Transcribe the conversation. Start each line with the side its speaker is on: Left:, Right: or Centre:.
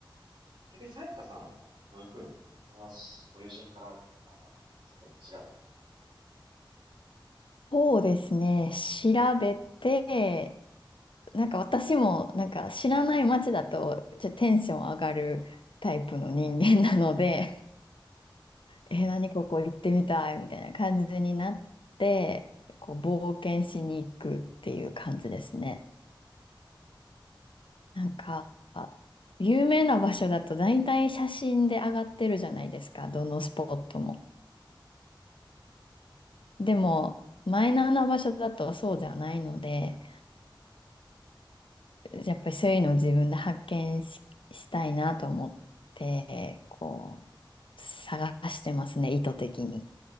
Right: 逆にさやかさんはどういうふうに友達、ご友人からとか、それとも調べてる。
Left: そうですね、調べて、なんか私もなんか知らない街だとちょっとテンション上がるタイプの人間なので、えー、何ここ行ってみたいみたいな感じになって、こう冒険しに行くっていう感じですね。なんか、有名な場所だと大体写真で上がってるじゃないですか、どのスポットも。でも、マイナーな場所だとそうじゃないので、やっぱりそういうのを自分で発見し、したいなと思って、こう、探してますね、意図的に。イ